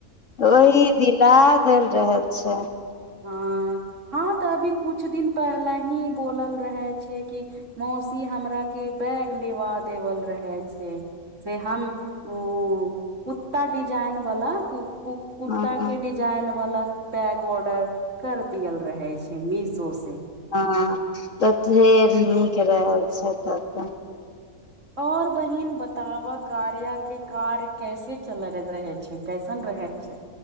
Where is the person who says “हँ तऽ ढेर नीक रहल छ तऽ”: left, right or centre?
Left